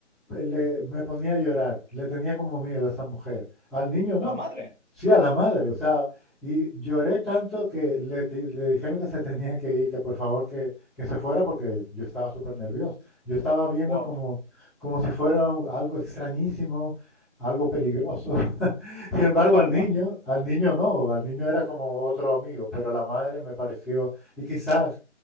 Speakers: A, in the centre; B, on the right.
A: Eh, le- me ponía a llorar, le tenía como miedo a esa mujer. Al niño no,
B: A la madre.
A: sí a la madre, o sea, y lloré tanto que le, ti- le dijeron que se tenía que ir, que por favor que, que se fuera porque yo estaba súper nervioso. Yo estaba viendo
B: Wow.
A: como, como si fuera u- algo extrañísimo, algo peligroso. <laughs> Sin embargo,
B: Hola.
A: al niño, al niño no, al niño era como otro amigo, pero la madre me pareció, y quizás...